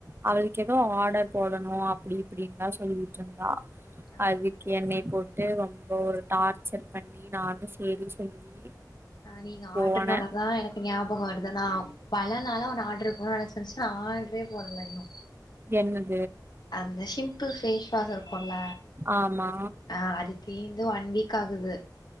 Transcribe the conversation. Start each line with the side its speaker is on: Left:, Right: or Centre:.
Right: அவளுக்கு ஏதோ ஆர்டர் போடணு அப்டி இப்டின்னா சொல்லிட்ருந்தா
Left: ஆ
Right: அதுக் என்னைய போ ட்டு ரொம்ப ஒரு டார்ச்சர் பண்ணி நானு சேரி சொல்லி
Left: அ நீங்க
Right: போனே
Left: ஆடின்ன ஒடனதா எனக்கு ஞா போக வருதன்னாவு பலனால ஒன்னு ஆட்ர்ரு போனா நெனைச்சிருச்சி நா ஆர்ட்ரே போடல இன்னு
Right: என்னன்
Left: அந்த ஷிம்பிள் ஃபேஸ் வாஷ் இருக்கோல
Right: ஆமா
Left: அ அது தீன் இது ஒன் வீக் ஆகுது